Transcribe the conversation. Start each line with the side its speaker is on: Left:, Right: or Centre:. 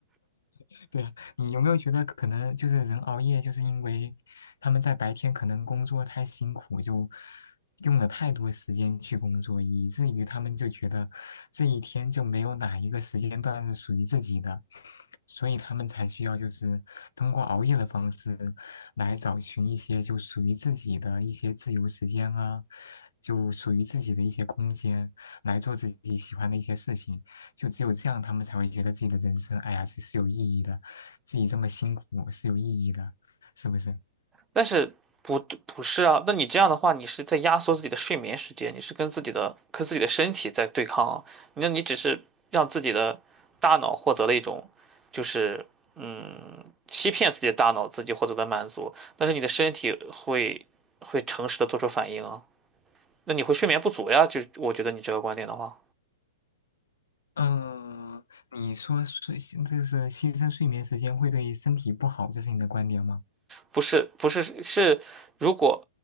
Left: <laughs> 对啊，你有没有觉得可能就是人熬夜，就是因为他们在白天可能工作太辛苦，就用了太多时间去工作，以至于他们就觉得这一天就没有哪一个时间段是属于自己的，所以他们才需要就是通过熬夜的方式来找寻一些就属于自己的一些自由时间啊，就属于自己的一些空间，来做自己喜欢的一些事情。就只有这样，他们才会觉得自己的人生，哎呀，是是有意义的，自己这么辛苦是有意义的，是不是？
Right: 但是不不是啊？那你这样的话，你是在压缩自己的睡眠时间，你是跟自己的跟自己的身体在对抗啊。那你只是让自己的大脑获得了一种，就是嗯，欺骗自己的大脑自己获得的满足，但是你的身体会会诚实的做出反应啊。那你会睡眠不足呀？就是我觉得你这个观点的话。
Left: 嗯，你说睡，就是牺牲睡眠时间会对身体不好，这是你的观点吗？
Right: 不是不是是，如果